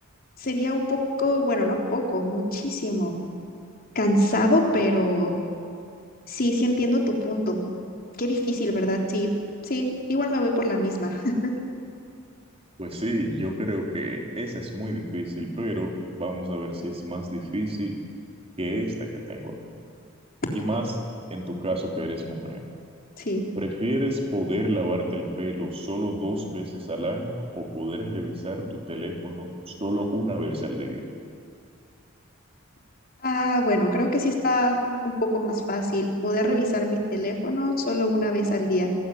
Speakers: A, on the left; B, on the right.
A: Sería un poco, bueno, no poco, muchísimo. Cansado, pero sí, sí entiendo tu punto. Qué difícil, ¿verdad? Sí, sí, igual me voy por la misma. <laughs>
B: Pues sí, yo creo que esa es muy difícil, pero vamos a ver si es más difícil que esta que tengo aquí. Y más
A: Ok,
B: en tu caso que eres mujer.
A: Sí.
B: ¿Prefieres poder lavarte el pelo solo dos veces al año o poder revisar tu teléfono solo una vez al día?
A: Ah, bueno, creo que sí está un poco más fácil poder revisar mi teléfono solo una vez al día.